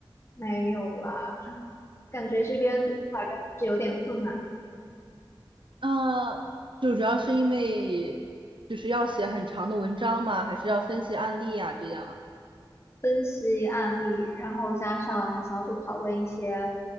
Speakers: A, on the left; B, on the right.
A: 没有啦，感觉这边读法律还是有点困难的，
B: 啊，就主要是因为就是要写很长的文章吗？还是要分析案例呀？这样。
A: 分析案例，然后加上小组讨论一些